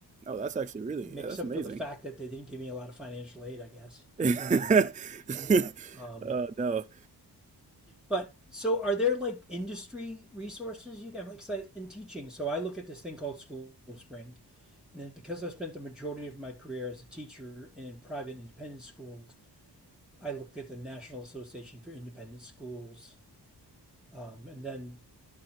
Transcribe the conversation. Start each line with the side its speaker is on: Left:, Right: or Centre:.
Right: Oh, that's actually really,
Centre: except
Right: yeah, that's amazing.
Centre: for the fact that they didn't give me a lot of financial aid, I guess.
Right: <laughs>
Centre: Um,
Right: Oh, no.
Centre: but so are there like industry resources you can like in teaching? So I look at this thing called School Spring. And then because I spent the majority of my career as a teacher in private independent schools, I look at the National Association for Independent Schools. Um, and then